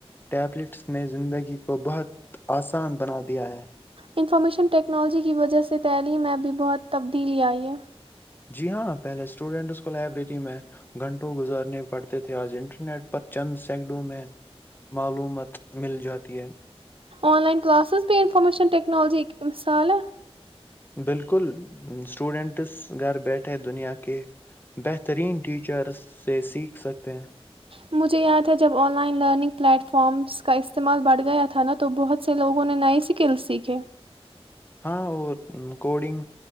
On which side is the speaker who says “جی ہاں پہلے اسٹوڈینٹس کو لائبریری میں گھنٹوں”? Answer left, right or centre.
Left